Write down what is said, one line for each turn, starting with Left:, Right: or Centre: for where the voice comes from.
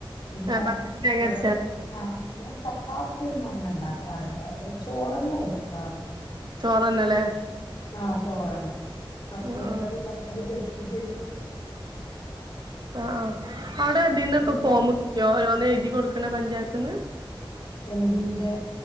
Left: പിന്നെ
Right: ബത്തല് തേങ്ങരച്ച
Left: ചോറ് ആ. അ ചപ്പാത്തിഒന്നും അങ്ങനെ ണ്ടാക്കാറില്ല <unintelligible> ചോറെന്നെ കഴിക്കാറ്.
Right: <unintelligible>
Left: ആഹ ചോറ്ന്നെ വത്തൽ
Right: ഉം ഉം
Left: കറി വത്തൽ പൊരിച്ചും ചെയ്ത് <unintelligible>
Right: ആ ആ അവിടെ <unintelligible>
Left: നിങ്ങൾ
Right: ഫോമ് കിട്ടിയോ <unintelligible> <unintelligible> പഞ്ചായത്ത്ന്ന്
Left: എന്തിന്റെ